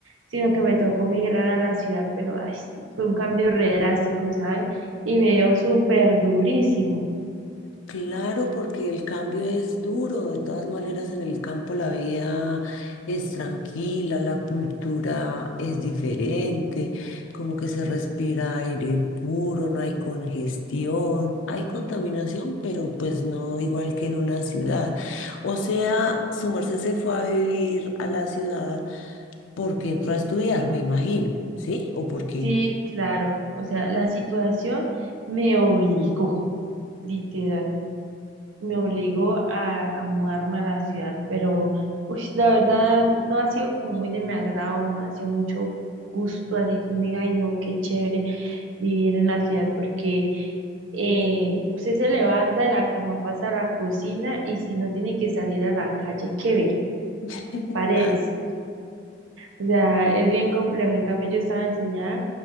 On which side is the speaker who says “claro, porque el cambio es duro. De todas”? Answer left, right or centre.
Left